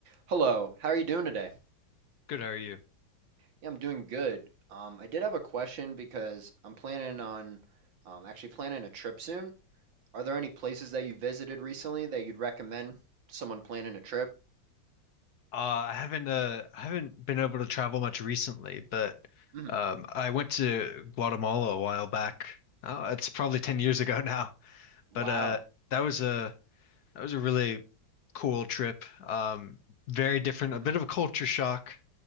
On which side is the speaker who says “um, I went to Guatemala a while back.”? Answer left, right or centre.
Left